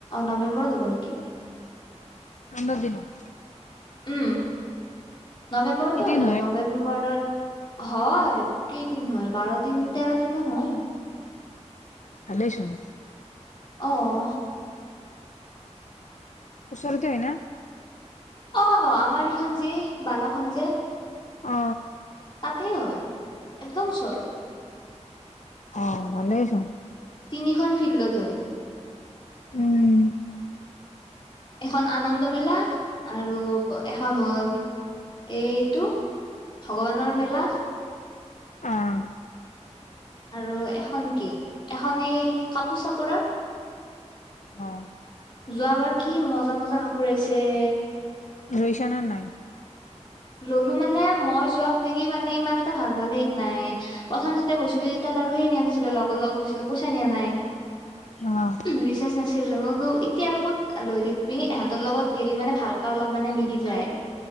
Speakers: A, on the left; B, on the left.
A: নৱেম্বৰ হব নেকি
B: ধান্দা দিনত
A: উম নৱেম্বৰতে
B: কি দিন
A: হয় দে নৱেম্বৰৰ হয় কেইদিন হয় বাৰ দিন তেৰ দিন মান হয়
B: ভালই চোন
A: আহ
B: ওচৰতে হয় ন
A: অ আমাৰ এইখন যি বালাখন যে
B: অ
A: তাতেই হয় একদমওচৰত
B: অ ভালেইছোন
A: তিনিখন ফিল্ডত হয়
B: উম
A: এখন আনন্দ মেলা আৰু এখন হ'ল এইটো ভগৱানৰ মেলা
B: আহ
A: আৰু এখন কি এখন এই কাপোৰ চাপোৰৰ
B: অ',
A: যোৱাবাৰ কি মজা মজা কাপোৰ আহইছিল যে
B: ৰৈশানাৰ নাই
A: ললোঁ মানে মই যোৱাক লেকি মানে ইমান এটা ভাল ভাল হেৰিত নাই। প্ৰথম যেতিয়া গৈছিলোঁ, তেতিয়ান আৰু সেই নিয়া নাছিলোঁ। লগৰ লগত গৈছিলোঁ, পইচা নিয়া নাই।
B: অ',
A: ৰিচাৰ্জ নাছিলে মোৰ আৰু এতিয়া আৰু ক'ত লৈ থাকবি? এহেতৰ লগত গেলি মানে ভালকে অলপমানে মিলি যায়।